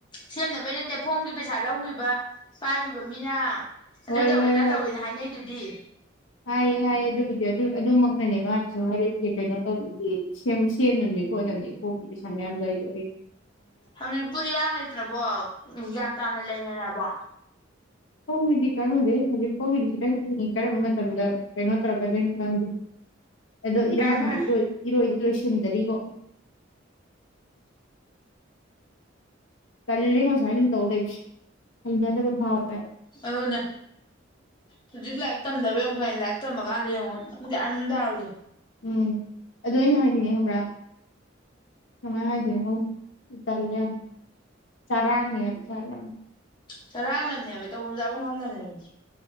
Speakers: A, on the left (about 25°); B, on the left (about 75°).
A: ꯁꯦꯝꯅꯕꯩ ꯅꯠꯇꯦ ꯐꯣꯝꯒꯤ ꯄꯩ ꯄꯩꯁꯥ ꯂꯧꯒꯤꯕ ꯆꯥꯈꯤꯕ ꯃꯤꯅ ꯑꯗꯨ
B: ꯍꯣꯏ
A: ꯇꯧꯋꯦ
B: ꯍꯣꯏ
A: ꯑꯗꯥ
B: ꯍꯣꯏ
A: ꯇꯧꯋꯦꯅ ꯍꯥꯏꯅꯩꯗꯨꯗꯤ
B: ꯍꯥꯏꯌꯦ ꯍꯥꯏꯌꯦ ꯑꯗꯨꯕꯨꯗꯤ ꯑꯗꯨ ꯑꯗꯨꯃꯛꯅꯅꯦ ꯃꯥꯅꯁꯨ ꯍꯥꯏꯔꯛꯏꯁꯦ ꯀꯩꯅꯣ ꯇꯧꯕꯒꯤ ꯁꯦꯝ ꯁꯦꯝꯅꯕꯅꯤ ꯈꯣꯠꯅꯕꯅꯤ ꯐꯣꯝꯒꯤ ꯄꯩꯁꯥ ꯃꯌꯥꯝ ꯂꯧꯋꯤꯗꯣꯌꯦ
A: ꯍꯧꯖꯤꯛ ꯄꯨꯗꯤ ꯏꯔꯥꯡ ꯂꯩꯇ꯭ꯔꯕꯣ ꯎꯝ ꯌꯥꯝ ꯇꯥꯅ ꯂꯩꯅꯔꯕ
B: ꯍꯨꯒꯤꯗꯤ ꯈꯪꯗꯦ ꯍꯧꯖꯤꯛ ꯐꯧꯒꯤꯗꯤ ꯈꯤꯇꯪ ꯀꯔꯝꯕ ꯃꯇꯝꯗ ꯀꯩꯅꯣ ꯇꯧꯔꯛꯀꯗꯣꯏꯅꯣ ꯈꯪꯗꯦ ꯑꯗꯣ ꯏꯔꯥꯡꯒꯤꯗꯤ
A: ꯐꯔꯦ ꯐꯔꯦ
B: ꯏꯔꯣꯏ ꯏꯔꯣꯏꯗꯤ ꯂꯁꯤ ꯆꯤꯟꯗꯔꯤꯕꯣ ꯇꯜꯂꯦꯉꯣ ꯁꯥꯏꯟ ꯁꯨꯝ ꯇꯧ ꯂꯩꯕꯁꯦ ꯍꯩꯅꯗꯕ ꯑꯃ ꯐꯥꯎꯔꯦ
A: ꯑꯗꯨꯅꯦ ꯍꯧꯖꯤꯛ ꯂꯥꯏꯔꯤꯛ ꯇꯝꯗꯕꯩ ꯑꯃꯨꯛ ꯐꯩꯅꯦ ꯂꯥꯏ ꯇꯝꯃ ꯀꯥꯟꯗ ꯌꯦꯡꯉꯣ ꯒ꯭ꯌꯥꯟ ꯃꯦꯟ ꯇꯔꯣꯏꯗꯩ
B: ꯎꯝ ꯑꯗꯨ ꯑꯩꯅ ꯍꯥꯏꯗꯤꯅꯦ ꯈꯪꯕ꯭ꯔ ꯀꯃꯥꯏ ꯍꯥꯏꯗꯣꯏꯅꯣ ꯏꯂꯦ ꯑꯦꯛꯖꯥꯃꯤꯅꯔ ꯆꯔꯥꯡꯉꯦ <unintelligible>
A: ꯆꯔꯥꯡꯅꯕꯅꯦꯕ ꯇꯧꯐꯝ ꯆꯥꯐꯝ ꯈꯪꯅꯕꯅꯦꯕ